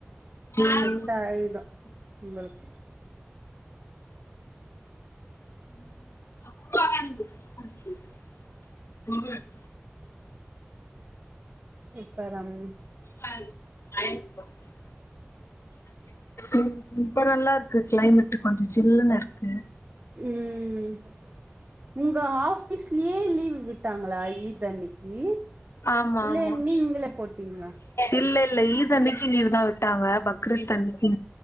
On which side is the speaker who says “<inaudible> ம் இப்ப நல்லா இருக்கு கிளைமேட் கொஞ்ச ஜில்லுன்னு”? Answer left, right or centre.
Left